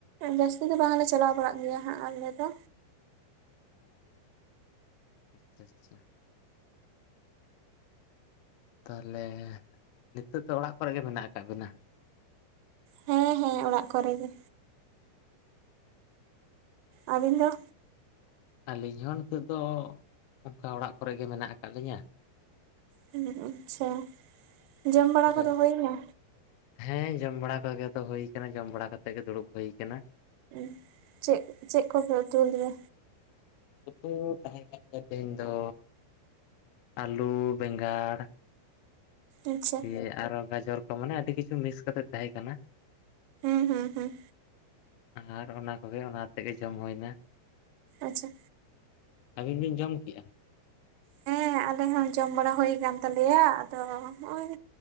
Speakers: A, on the right (about 90°); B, on the left (about 75°).
A: ᱡᱟᱹᱥᱛᱤ ᱫᱚ ᱵᱟᱝᱞᱮ ᱪᱟᱞᱟᱣ ᱵᱟᱲᱟᱜ ᱜᱮᱭᱟ ᱦᱟᱸᱜ ᱟᱞᱮ ᱫᱚ
B: ᱚᱻ ᱟᱪᱪᱷᱟ ᱟᱪᱪᱷᱟ, ᱛᱟᱦᱞᱮ ᱱᱤᱛᱳᱜ ᱫᱚ ᱚᱲᱟᱜ ᱠᱚ ᱨᱮ ᱜᱮ ᱢᱮᱱᱟᱜ ᱠᱟᱜ ᱵᱤᱱᱟ᱾
A: ᱦᱮᱸ ᱦᱮᱸ ᱚᱲᱟᱜ ᱠᱚᱨᱮ ᱜᱮ᱾ ᱟᱵᱤᱱ ᱫᱚ,
B: ᱟᱞᱤᱧ ᱦᱚᱸ ᱱᱤᱛᱚᱜ ᱫᱚ ᱚᱱᱠᱟ ᱚᱲᱟᱜ ᱠᱚᱨᱮ ᱜᱮ ᱢᱮᱱᱟᱜ ᱟᱠᱟᱫ ᱞᱤᱧᱟ,
A: ᱦᱮᱸᱻ ᱟᱪᱪᱷᱟ ᱡᱚᱢ ᱵᱟᱲᱟ
B: ᱛᱟᱦᱚᱞᱮ
A: ᱠᱚᱫᱚ ᱦᱩᱭ ᱱᱟ?
B: ᱦᱮᱸ ᱡᱚᱢ ᱵᱟᱲᱟ ᱠᱚ ᱜᱮ ᱛᱚ ᱦᱩᱭ ᱠᱟᱱᱟ, ᱡᱚᱢ ᱵᱟᱲᱟ ᱠᱟᱛᱮᱜ ᱜᱮ ᱫᱩᱲᱩᱵ ᱦᱩᱭ ᱟᱠᱟᱱᱟ,
A: ᱦᱩᱸ ᱪᱮᱫ, ᱪᱮᱫ ᱠᱚᱯᱮ ᱩᱛᱩ ᱟᱠᱟᱫᱟ,
B: ᱩᱛᱩ ᱛᱟᱦᱮᱸ ᱠᱟᱱ ᱜᱮᱭᱟ ᱛᱮᱦᱤᱧ ᱫᱚ, ᱟᱹᱞᱩ ᱵᱮᱸᱜᱟᱲ
A: ᱟᱪᱪᱷᱟ
B: ᱫᱤᱭᱮ ᱟᱨᱚ ᱜᱟᱡᱚᱨ ᱠᱚ ᱢᱟᱱᱮ ᱟᱹᱰᱤ ᱠᱤᱪᱷᱩ ᱢᱤᱠᱥ ᱠᱟᱛᱮᱫ ᱛᱟᱦᱮᱸ ᱠᱟᱱᱟ
A: ᱦᱩᱸ ᱦᱩᱸ ᱦᱩᱸ
B: ᱟᱨ ᱚᱱᱟ ᱠᱚᱜᱮ ᱚᱱᱟᱛᱮ ᱜᱮ ᱡᱚᱢ ᱦᱩᱭ ᱮᱱᱟ
A: ᱟᱪᱪᱷᱟ
B: ᱟᱹᱵᱤᱱ ᱵᱤᱱ ᱡᱚᱢ ᱠᱮᱜᱼᱟ
A: ᱦᱮᱸ ᱟᱞᱮ ᱦᱚᱸ ᱡᱚᱢ ᱵᱟᱲᱟ ᱦᱩᱭ ᱟᱠᱟᱱ ᱛᱟᱞᱮᱭᱟ ᱟᱫᱚ ᱱᱚᱜᱼᱚᱭ